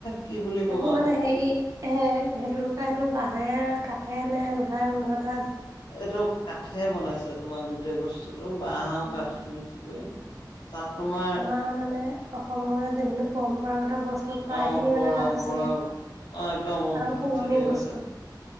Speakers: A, on the left; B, on the right.
A: কি বুলি ক'ম
B: এইবোৰ
A: আৰু
B: মানে হেৰি
A: কি
B: এ সেইটোুলোকে সেইটো বাঁহেৰে কাঠে নে লোহাৰে বনোৱা থোৱা আছে।
A: এইটো কাঠে বনাইছে তোমাৰ গোটেই বস্তু বাঁহ আৰু
B: উম
A: কাঠ মিক্স কৰি তাত তোমাৰ
B: আ মানে অসমৰ মানে যিখিনি পৰম্পৰাগত বস্তু প্ৰায়খিনি
A: অ পৰা
B: মানে তাত আছেই,
A: পৰা অ একদম বন্ধু
B: আৰু পুৰণি
A: ঠিকে কৈছা
B: বস্তু।